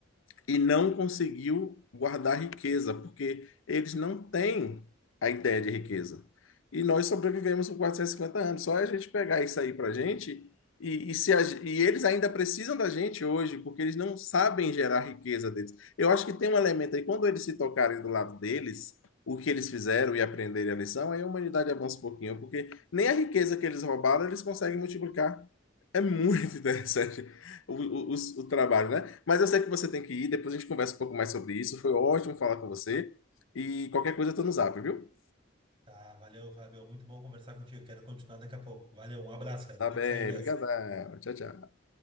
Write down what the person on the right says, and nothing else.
Tá, valeu, Fábio. Muito bom conversar contigo. Quero continuar daqui a pouco. Valeu, um abraço, cara.
Vou ter
que sair mesmo.